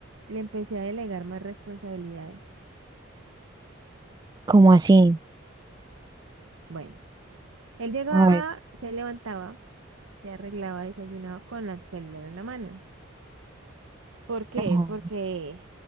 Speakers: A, on the right; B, on the right.
A: Le empecé a delegar más responsabilidades.
B: ¿Cómo así?
A: Bueno, él llegaba,
B: A ver.
A: se levantaba, se arreglaba, desayunaba con la celular en la mano. ¿Por qué?
B: Ajá.
A: Porque